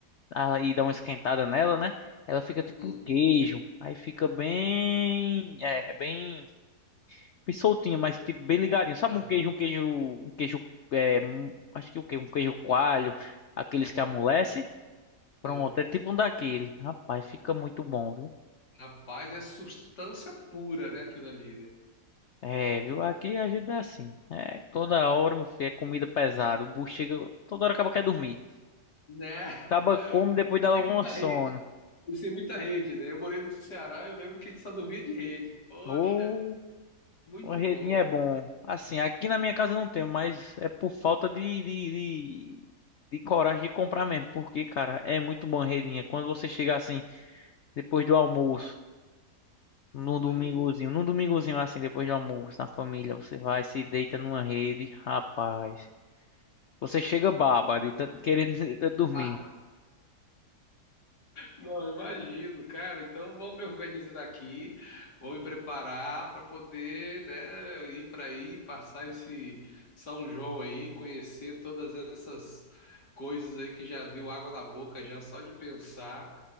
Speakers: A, on the left; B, on the left.
A: ah, e dá uma esquentada nela, né? Ela fica tipo
B: Uhum.
A: um queijo. Aí fica bem, é, bem, bem soltinha, mas tipo bem ligadinho. Sabe
B: Ah,
A: um queijo, um queijo, um queijo, é, mu- acho que o quê? Um queijo coalho, aqueles que
B: ah,
A: amolece. Pronto,
B: sei.
A: é tipo um daquele. Rapaz, fica muito bom, viu?
B: Rapaz, é substância pura, né, aquilo ali, né?
A: É,
B: Pô,
A: viu? Aqui a gente é assim. É, toda hora, meu filho, é comida pesada. O bucho chega, toda hora acaba quer dormir.
B: né?
A: Acaba come depois
B: <laughs>
A: dá logo um sono.
B: Fui sem muita rede, né? Eu morei no Ceará, eu lembro que a gente só dormia de rede. Poxa,
A: Ô,
B: muito
A: Uma redinha
B: bom.
A: é bom. Assim, aqui na minha casa eu não tenho, mas é por falta de, de, de, de coragem de comprar mesmo. Porque, cara, é muito bom redinha. Quando você chega assim, depois do almoço, num domingozinho,
B: né?
A: num domingozinho assim, depois do almoço, na família, você vai, se deita numa rede, rapaz. Você chega baba de tanto querer <laughs> de tanto dormir.
B: Ah, Não, eu imagino, cara. Então vou me organizar aqui, vou me preparar para poder, né, ir para aí, passar esse São João aí, conhecer todas essas coisas aí que já deu água na boca já só de pensar.